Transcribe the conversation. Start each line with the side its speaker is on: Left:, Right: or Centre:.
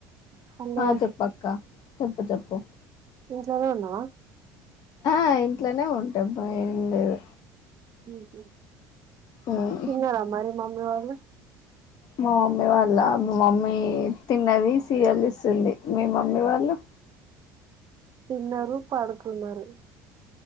Right: హలో
Left: ఆ చెప్పక్క చెప్పు చెప్పు
Right: నుంచోనే ఉన్నావా.
Left: ఆ ఇంట్లోనే ఉంటబ్బా ఏం లేదు
Right: ఊహు
Left: ఉమ్
Right: తిన్నార మరి మమ్మీ వాళ్ళ్ ఉ ఆ
Left: మా మమ్మీ వాళ్ళ మా మమ్మీ తిన్నది. సీరియల్ చూస్తుంది. మీ మమ్మీ వాళ్ళు
Right: తిన్నరు పడుకున్నారు.